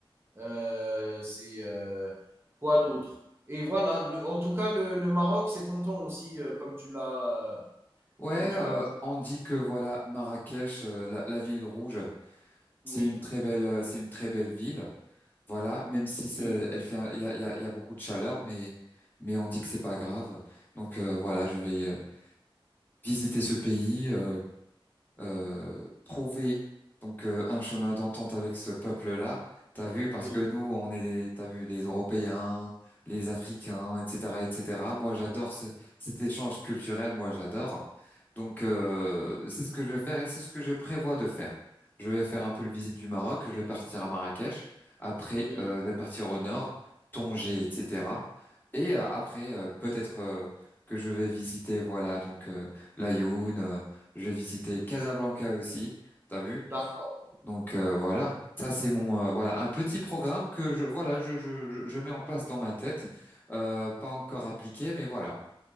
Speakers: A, on the right (about 25°); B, on the left (about 20°).
A: Euh, c'est euh, quoi d'autre Et voilà, le- en tout cas, le, le Maroc, c'est tentant aussi, euh, comme tu l'as,
B: Ouais,
A: comme tu
B: euh,
A: l'as.
B: on dit que voilà Marrakech, euh, la, la ville rouge,
A: Oui,
B: c'est une très belle, euh, c'est une très belle ville. Voilà, même si c'est-
A: oui,
B: elle fait, un- il y a, il y a, il y a beaucoup de chaleur, mais mais on dit que c'est pas grave. Donc euh, voilà, je vais euh, visiter ce pays. euh, euh, trouver donc euh, un chemin d'entente avec ce peuple-là. T'as vu, parce
A: oui,
B: que nous, on est des, t'as vu, les Européens, les Africains, etc., etc. Moi, j'adore ce- cet échange culturel. Moi, j'adore. Donc, euh, c'est ce que je vais faire et c'est ce que je prévois de faire. Je vais faire un peu le visite du Maroc. Je vais partir à Marrakech. Après,
A: oui.
B: euh, je vais partir au nord, Tanger, etc. Et euh, après, euh, peut-être euh, que je vais visiter, voilà, donc euh, l'Aïoun. Je visitais Casablanca aussi, t'as vu?
A: D'accord.
B: Donc euh, voilà, ça c'est mon euh, voilà un petit programme que je voilà je je je je mets en place dans ma tête, euh, pas encore appliqué mais voilà.